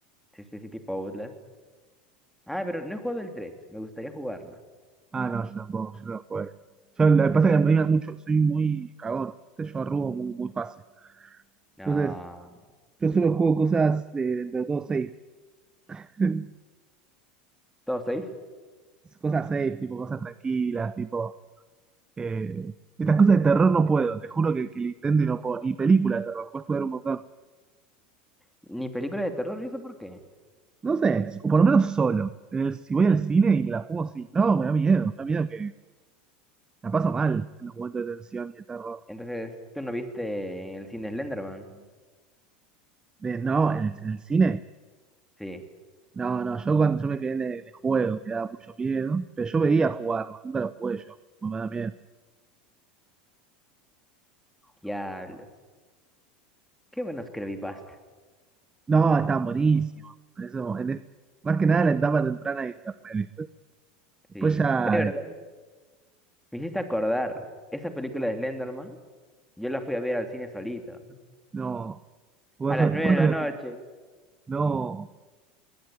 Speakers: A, in the centre; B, on the right.
A: Sí, sí, sí, tipo Outlast. Ah, pero no he jugado el tres Me gustaría jugarlo.
B: Ah, no, yo tampoco, yo no lo jugué. Yo, lo que pasa
A: Ojo.
B: es que me da mucho, soy muy cagón, ¿viste? yo arrugo muy, muy fácil.
A: No.
B: Entonces, yo solo juego cosas eh, dentro de todo safe. <laughs>
A: Todo safe.
B: Cosas safe, tipo cosas tranquilas, tipo... eh, estas cosas de terror no puedo, te juro que, que lo intento y no puedo. Ni película de terror, puedes ver un montón.
A: Ni película de terror, ¿y eso por qué?
B: No sé, o por lo menos solo. Eh, Si voy al cine y me la juego, sí. No, me da miedo, me da miedo que la paso mal en los momentos de tensión y de terror.
A: Entonces, ¿tú no viste en el cine Slenderman?
B: De, no, en el, en el cine.
A: Sí.
B: No, no, yo cuando yo me quedé en el, en el juego, que daba mucho miedo, pero yo veía jugarlo, nunca lo jugué yo, porque me da miedo.
A: Diablos. Qué buenos creepypastas.
B: No, están buenísimos. En eso- en es- más que nada la etapa temprana de internet, ¿viste? Después
A: Sí.
B: ya,
A: Oye, ¿verdad?
B: eh,
A: Me hiciste acordar. Esa película de Slenderman, yo la fui a ver al cine solito.
B: no. vos-
A: A las 9
B: ¿Cuándo?
A: de la
B: lo-
A: noche.
B: No.